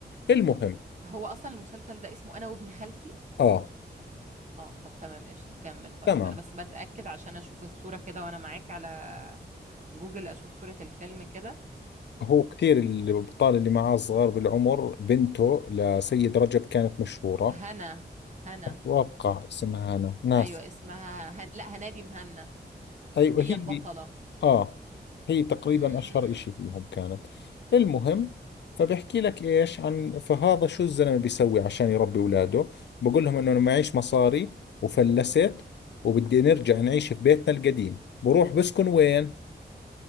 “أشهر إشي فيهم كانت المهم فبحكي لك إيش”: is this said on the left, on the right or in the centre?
Left